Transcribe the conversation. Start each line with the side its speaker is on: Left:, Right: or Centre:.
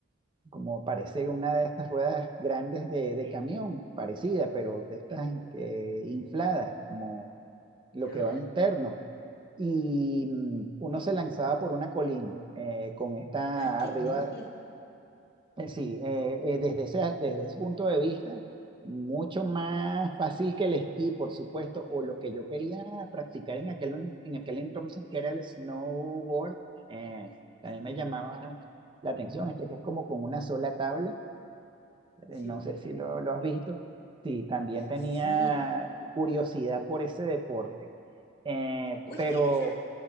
Right: como parece una de estas ruedas grandes de, de camión, parecida, pero de estas eh, infladas, como lo
Left: ¿Ya?
Right: que va interno. Y mm, uno se lanzaba por una colina eh, con esta
Left: Ay, qué
Right: arriba
Left: nervio.
Right: eh, Sí, eh, eh, desde ese, desde ese punto de vista, mucho más fácil que el esquí, por supuesto, o lo que yo quería practicar en aquel, en aquel entonces, que era el snowboard, eh, también
Left: No.
Right: me llamaba la atención, este que es como con una sola tabla, eh,
Left: Sí.
Right: no sé si lo, lo has visto, sí, también tenía
Left: sí.
Right: curiosidad por ese deporte, eh,
Left: Oye,
Right: pero,
Left: y en esa,